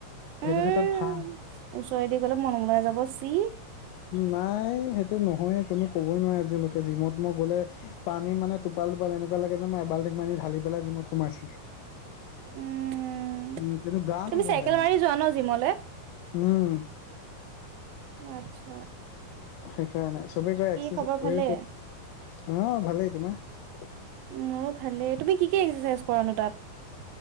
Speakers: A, on the left (about 85°); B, on the right (about 80°).
A: সেইটো
B: উম
A: ক্ষেত্ৰত ভাল
B: ওচৰেদি গলে মনমলাই যাব চি
A: নাই সেইটো নহয়ে কোনো কবই নোৱাৰে আজিলৈকে জিমত মই গলে পানী মানে টোপাল টোপাল এনেকুৱা লাগে যে মই এবাল্টিঙ মানি ঢালি পেলাই জিমত মই সোমাইছো
B: উম
A: উম কিন্তু গা
B: তুমি
A: নোগোনধাই
B: চাইকেল
A: মানে
B: মাৰি যোৱা ন জিমলে
A: উম
B: আত্ছা
A: সেইকাৰণে চবে কৰে এচোচো
B: খবৰ
A: লৈ
B: ভালে
A: গ'ল অ ভালেই তোমাৰ <unintelligible>
B: মোৰো ভালেই তুমি কি কি এক্সাৰচাইজ কৰানো তাত